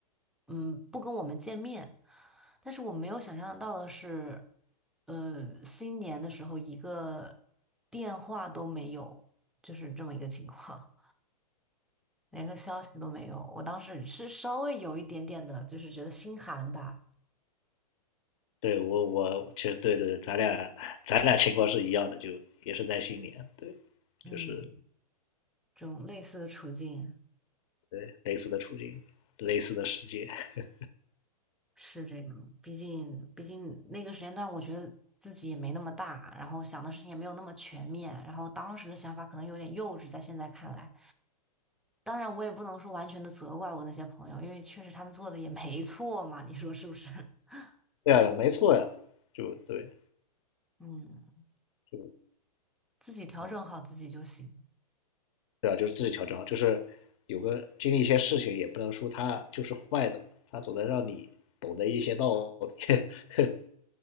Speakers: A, in the centre; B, on the left.
A: 嗯，不跟我们见面，但是我没有想象得到的是，呃，新年的时候一个电话都没有，就是这么一个情况，连个消息都没有。我当时是稍微有一点点的，就是觉得心寒吧，
B: 对我我其实对对，咱俩咱俩情况是一样的，就也是在新年，对，
A: 嗯，
B: 就是
A: 这种类似的处境。
B: 对类似的处境，类似的世界，<laughs>
A: 是这样，毕竟毕竟那个时间段，我觉得自己也没那么大，然后想的事情也没有那么全面，然后当时的想法可能有点幼稚，在现在看来，当然我也不能说完全的责怪我那些朋友，因为确实他们做的也没错嘛，你说是不是？<laughs>
B: 对啊，没错呀、啊就对，
A: 嗯，
B: 就
A: 自己调整好自己就行。
B: 嗯。对吧？就是自己调整好，就是有个经历一些事情，也不能说他就是坏的，他总能让你懂得一些道理，<laughs>